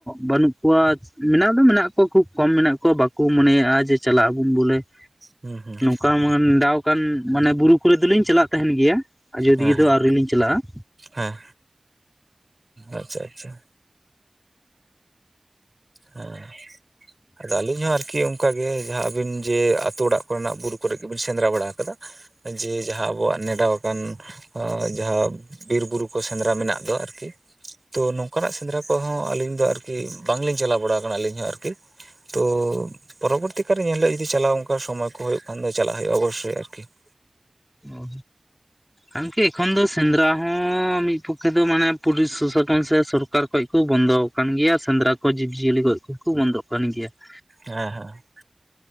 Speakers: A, on the left (about 20°); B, on the right (about 40°).
A: ᱵᱟᱹᱱᱩᱜ ᱠᱚᱣᱟ᱾ ᱢᱮᱱᱟᱜ ᱫᱚ ᱢᱮᱱᱟᱜ ᱠᱚᱣᱟ ᱠᱷᱩᱵ ᱠᱚᱢ ᱢᱮᱱᱟᱜ ᱠᱚᱣᱟ ᱵᱟᱠᱚ ᱢᱚᱱᱮᱭᱟᱜᱼᱟ ᱡᱮ ᱪᱟᱞᱟᱜ ᱟᱵᱚᱱ ᱵᱚᱞᱮ ᱾
B: ᱦᱩᱸ ᱦᱩᱸ
A: ᱠᱟᱣᱢᱟᱱ ᱫᱟᱣᱠᱟᱱ ᱢᱟᱱᱮ ᱵᱩᱨᱩ ᱠᱚᱨᱮ ᱫᱚᱞᱤᱧ ᱪᱟᱞᱟᱜ ᱛᱟᱦᱮᱱ ᱜᱮᱭᱟ ᱟᱡᱚᱫᱤᱭᱟᱹ
B: ᱦᱮᱸ ᱦᱮᱸ
A: ᱫᱚ ᱟᱹᱣᱨᱤ ᱞᱤᱧ ᱪᱟᱞᱟᱜᱼᱟ ᱾
B: ᱦᱮᱸ᱾ ᱟᱪᱪᱷᱟ ᱟᱪᱪᱷᱟ ᱾ ᱦᱮᱸ᱾ ᱟᱫᱚ ᱟᱹᱞᱤᱧ ᱦᱚᱸ ᱟᱨᱠᱤ ᱚᱱᱠᱟᱜᱮ ᱡᱟᱦᱟᱸ ᱟᱹᱵᱤᱱ ᱡᱮ ᱟᱛᱳ ᱚᱲᱟᱜ ᱠᱚᱨᱮᱱᱟᱜ ᱵᱩᱨᱩ ᱠᱚᱨᱮ ᱜᱮᱵᱤᱱ ᱥᱮᱸᱫᱽᱨᱟ ᱵᱟᱲᱟ ᱠᱟᱫᱟ ᱾ ᱡᱮ ᱡᱟᱦᱟᱸ ᱟᱵᱚᱣᱟᱜ ᱱᱮᱰᱟᱣ ᱟᱠᱟᱱ ᱾ ᱟ ᱡᱟᱦᱟᱸᱵ ᱵᱤᱨ ᱵᱩᱨᱩ ᱠᱚ ᱥᱮᱸᱫᱽᱨᱟ ᱢᱮᱱᱟᱜ ᱫᱚ ᱟᱨᱠᱤ ᱾ ᱛᱚ ᱱᱚᱝᱠᱟᱱᱟᱜ ᱥᱮᱸᱫᱽᱨᱟ ᱠᱚᱦᱚᱸ ᱟᱹᱞᱤᱧ ᱫᱚ ᱟᱨᱠᱤ ᱵᱟᱝᱞᱤᱧ ᱪᱟᱞᱟᱣ ᱵᱟᱲᱟ ᱠᱟᱱᱟ ᱟᱹᱞᱤᱧ ᱦᱚᱸ ᱟᱨᱠᱤ ᱾ ᱛᱚ ᱯᱚᱨᱚᱵᱚᱨᱛᱤ ᱠᱟᱞᱨᱮ ᱧᱮᱞ ᱦᱳᱭᱳᱜᱼᱟ ᱡᱩᱫᱤ ᱪᱟᱞᱟᱣ ᱚᱝᱠᱟ ᱥᱚᱢᱚᱭ ᱠᱚ ᱦᱩᱭᱩᱜ ᱠᱷᱟᱱ ᱫᱚ ᱪᱟᱞᱟᱜ ᱦᱩᱭᱩᱜᱼᱟ ᱚᱵᱚᱥᱥᱚᱭ ᱟᱨᱠᱤ ᱾ <inaudible>
A: ᱚ ᱟᱢᱠᱤ ᱮᱠᱷᱚᱱ ᱫᱚ ᱥᱮᱸᱫᱽᱨᱟ ᱦᱚᱸ ᱢᱤᱫ ᱯᱚᱠᱠᱷᱮ ᱫᱚ ᱢᱟᱱᱮ ᱯᱩᱞᱤᱥ ᱥᱚᱥᱚᱴᱚᱱ ᱥᱮ ᱥᱚᱨᱠᱟᱨ ᱠᱷᱚᱡ ᱠᱚ ᱵᱚᱱᱫᱚᱠ ᱾ ᱠᱟᱱ ᱜᱮᱭᱟ ᱥᱮᱸᱫᱽᱨᱟ ᱠᱚ ᱡᱤᱵᱽᱼᱡᱤᱭᱟᱹᱞᱤ ᱜᱚᱡ ᱠᱚᱠᱚ ᱵᱚᱱᱫᱚᱜ ᱠᱟᱱ ᱜᱮᱭᱟ ᱾
B: ᱦᱮᱸ ᱦᱮᱸ ᱾